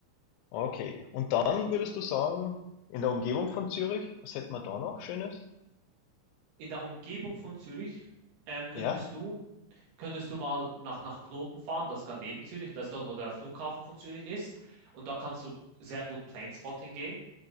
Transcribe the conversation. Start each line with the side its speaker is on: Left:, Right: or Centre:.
Left: Okay, und dann würdest du sagen, in der Umgebung von Zürich, was hätten wir da noch Schönes?
Right: In der Umgebung von Zürich ähm, könntest
Left: Ja?
Right: du, könntest du mal nach, nach Kloten fahren, das ist gerade neben Zürich, das ist dort, wo der Flughafen von Zürich ist. Und da kannst du sehr gut Planespotting gehen.